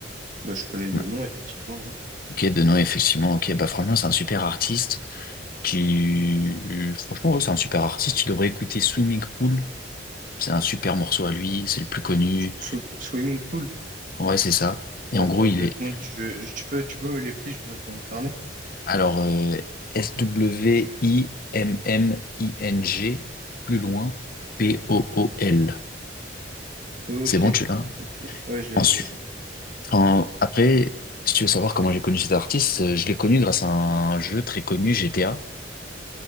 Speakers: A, on the right (about 45°); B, on the left (about 55°).
A: Bah, je connais deux
B: Ouais.
A: noms, effectivement, ouais.
B: Ok, de nom effectivement, ok, bah franchement c'est un super artiste. qui, euh, franchement, ouais, c'est un super artiste. Tu devrais écouter Swimming Pool. C'est un super morceau à lui. C'est le plus connu.
A: Sw- swimming pool.
B: Ouais, c'est ça. Et
A: Attends
B: en gros, il
A: deux
B: est,
A: secondes, je, je- tu peux, tu peux me les plis, je me les mets dans mon carnet.
B: alors, euh, S-W-I-M-M-I-N-G, plus loin, P-O-O-L.
A: Ok,
B: C'est bon, tu l'as? hein.
A: ok. Ouais, je
B: Ensuite.
A: l'ai, je l'ai. je l'ai.
B: En- après, si tu veux savoir comment j'ai connu cet artiste, euh, je l'ai connu grâce à un jeu très connu, GTA.